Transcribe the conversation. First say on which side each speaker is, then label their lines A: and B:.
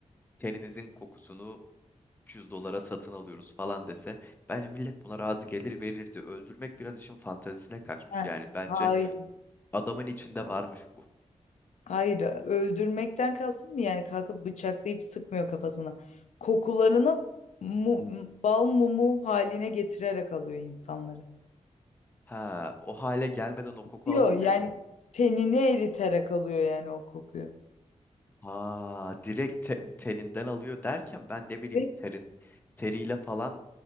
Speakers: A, on the left; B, on the left.
A: teninizin kokusunu 300 dolara satın alıyoruz falan dese bence millet buna razı gelir verirdi. Öldürmek biraz işin fantezisine kaçmış.
B: Ha,
A: Yani bence
B: Hayır,
A: adamın içinde varmış bu.
B: hayır. Öldürmekten kastım mı yani kalkıp bıçaklayıp sıkmıyor kafasına. Kokularını mu- bal mumu haline getirerek alıyor insanları.
A: Ha, o hale gelmeden o koku
B: Yok
A: alınmıyor
B: yani
A: mu?
B: tenini eriterek alıyor yani o kokuyu.
A: Ha, direkt te- teninden alıyor derken ben ne bileyim
B: Direkt-
A: terin teriyle falan